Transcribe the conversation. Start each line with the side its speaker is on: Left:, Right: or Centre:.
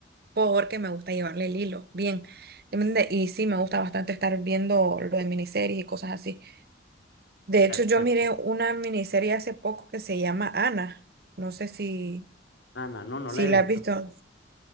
Right: porque me gusta llevarle el hilo, bien. ¿entiende? Y sí, me gusta bastante estar viendo lo de miniseries y cosas así. De hecho,
Left: Perfecto.
Right: yo miré una miniserie hace poco que se llama Ana, no sé si,
Left: Ah, no, no, no
Right: si
Left: la he
Right: la
Left: visto.
Right: has visto.